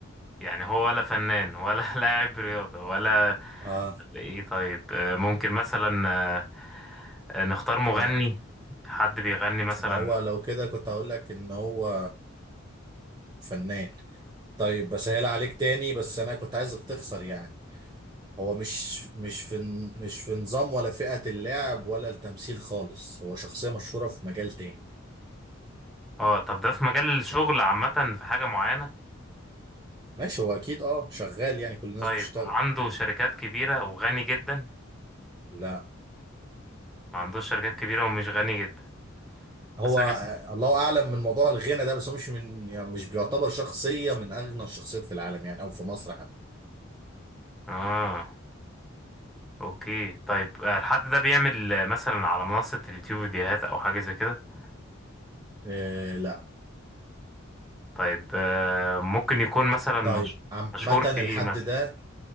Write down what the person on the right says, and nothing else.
اه
آه.
ما هو لو كده كنت هقول لك ان هو فنان طيب بسهل عليك تاني بس انا كنت عايزك تخسر يعني هو مش مش في مش في نظام ولا فئة اللعب ولا التمثيل خالص هو شخصية مشهورة في مجال تاني
ماشي هو اكيد اه شغال يعني كل الناس
بتشتغل
لا
هو
آه، الله اعلم من موضوع الغنى ده بس هو مش من يعني مش بيعتبر شخصية من اغنى الشخصيات في العالم يعني او في مصر حتى
آه لا
طيب عامة
الحد
ده